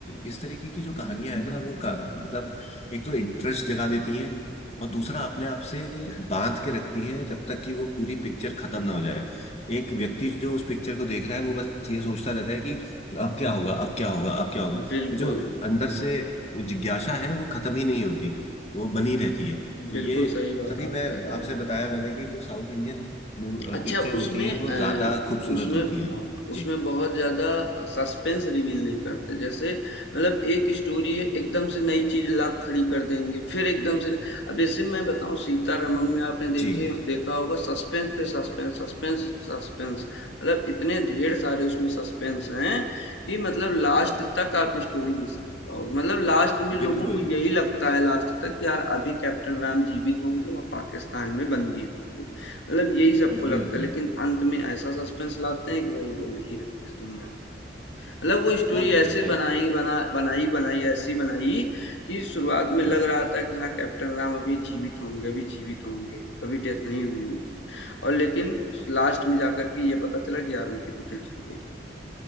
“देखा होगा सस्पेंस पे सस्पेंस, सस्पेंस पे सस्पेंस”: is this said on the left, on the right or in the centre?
Left